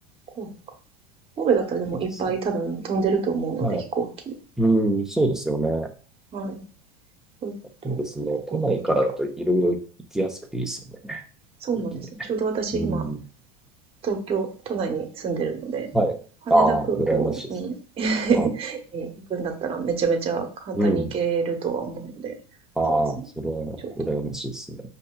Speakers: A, on the right; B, in the centre.
A: 神戸か。神戸だったらでもいっぱい多分飛んでると思うので、
B: いいですね。はい。
A: 飛行機。
B: うーん、そうですよね。
A: はい。ちょっと、
B: いいですね。都内からだといろいろ行きやすくていいですよね。
A: 神戸行きか。そうなんですね。
B: 飛行機で
A: ちょうど私今、
B: うん。
A: 東京都内に住んでるので、
B: はい。
A: 羽田空港に
B: ああ、羨ましいです。
A: <laughs>
B: は
A: 行くんだったらめちゃめちゃ簡単に行けるとは思うので、
B: い。うん。ああ、
A: そうですね。
B: それは羨ましいですね。
A: ちょっと